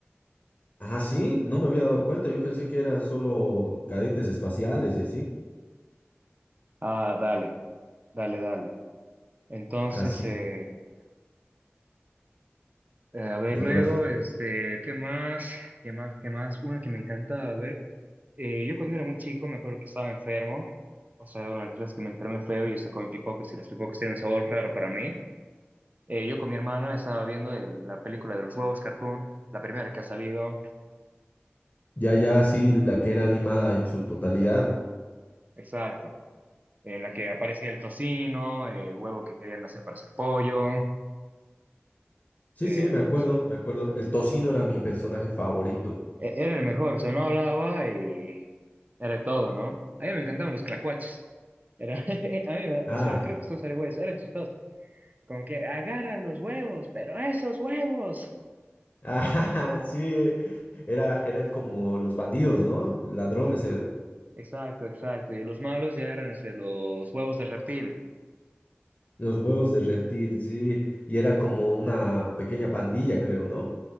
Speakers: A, on the left; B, on the right.
A: Ah, sí, no me había dado cuenta. Yo pensé que eran solo cadetes espaciales y así.
B: ah, dale, dale, dale. Entonces,
A: Así,
B: eh, eh, a ver,
A: Nicolás.
B: luego, este, ¿qué más? ¿Qué más? ¿Qué más? Una que me encantaba ver. eh, yo cuando era muy chico me acuerdo que estaba enfermo. O sea, una de las veces que me enfermé feo y yo estaba con pipoques y los pipocas tienen un sabor raro para mí. Eh, yo con mi hermana estaba viendo el- la película de los huevos cartoon, la primera que ha salido,
A: Ya, ya, sí, la que era animada en su totalidad.
B: exacto, en la que aparecía el tocino, el huevo que querían hacer para hacer pollo,
A: Sí,
B: eh,
A: sí, me
B: los-
A: acuerdo, me acuerdo. El tocino era mi personaje favorito.
B: e- era el mejor, o sea, no hablaba y era de todo, ¿no? A mí me encantaban los clacuaches, era, <laughs> a mí me-
A: Ah,
B: o sea, creo que son zarigüeyas, eran chistosos, como que agarra los huevos, pero esos huevos.
A: Ah, <laughs> sí, era, eran como los bandidos, ¿no? Ladrones
B: Ex-
A: eran.
B: Exacto, exacto, y los malos ya eran este, los huevos de reptil.
A: Los huevos de reptil, sí. Y era como una pequeña pandilla, creo, ¿no?